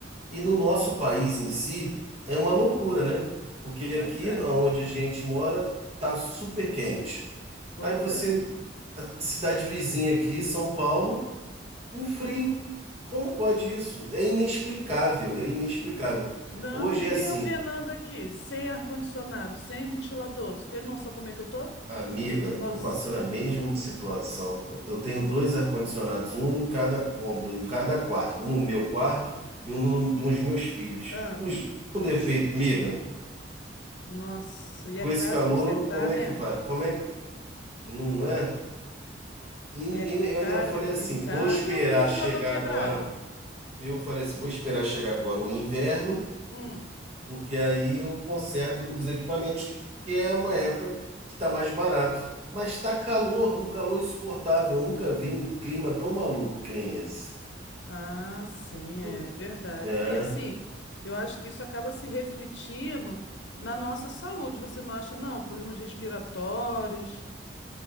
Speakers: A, on the right; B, on the left.
A: e no nosso país em si é uma loucura, né? Porque aqui
B: Pois é,
A: onde a gente mora tá super quente.
B: pois
A: Aí você
B: é.
A: cidade vizinha aqui, São Paulo, um frio. Como pode isso? É inexplicável, é inexplicável.
B: Não,
A: Hoje
B: e
A: é assim,
B: eu penando aqui, sem ar-condicionado, sem ventilador. Você tem noção como é que eu tô?
A: amiga,
B: Nossa,
A: estou passando a mesma situação. Eu tenho dois ar-condicionados, um em cada cômodo, em cada quarto, um no meu quarto e um no- dos meus filhos.
B: ah,
A: Os com defeito, amiga,
B: nossa, e
A: com
B: é caro
A: esse calor,
B: pra consertar,
A: como é
B: né?
A: que vai? Como é que não é? E ninguém,
B: É
A: eu
B: caro,
A: ainda falei
B: é complicado.
A: assim, vou esperar
B: E eu com o ventilador
A: chegar
B: quebrado?
A: agora. Eu falei assim, vou esperar chegar agora o inverno.
B: Hum.
A: porque aí eu conserto os equipamentos, que é uma época que está mais barato. Mas está calor, um calor insuportável. Eu nunca vi um clima tão maluco que nem esse.
B: Ah, sim,
A: Vo-
B: é verdade.
A: É,
B: E assim, eu acho que isso acaba se refletindo na nossa saúde, você não acha, não? Problemas respiratórios.